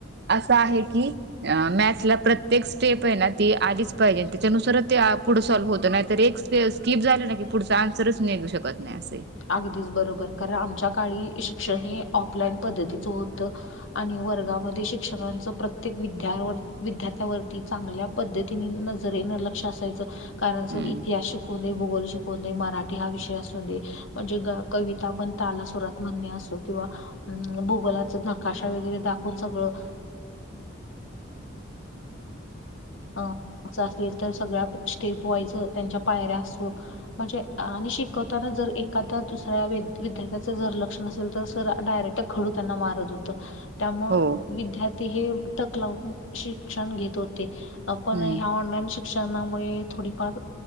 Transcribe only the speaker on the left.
अगदीच बरोबर कारण आमच्या काळी शिक्षण हे ऑफलाईन पद्धतीच होतं आणि वर्गामध्ये शिक्षकांच प्रत्येक विद्या विद्यार्थ्यावरती चांगल्या पद्धतीने नजरेनं लक्ष असायचं कारण
सर इतिहास शिकव दे भूगोल शिकवून देई मराठी हा विषय असू दे म्हणजे कविता पण ताला सुरात म्हणणे असो किंवा अम भूगोलाच नकाशा वगैरे दाखवून सगळं अ मा असेल तर सगळ्या स्टेप वाईज त्यांच्या पायऱ्या असो म्हणजे आणि शिकवताना जर एखादा दुसऱ्या विद्यार्थ्याचं जर लक्षण नसेल तर सर डायरेक्ट खडू त्यांना मारत होत त्यामु
विद्यार्थी हे टकलावून शिक्षण घेत होते पण
ह्या ऑनलाईन शिक्षणामुळे थोडीफार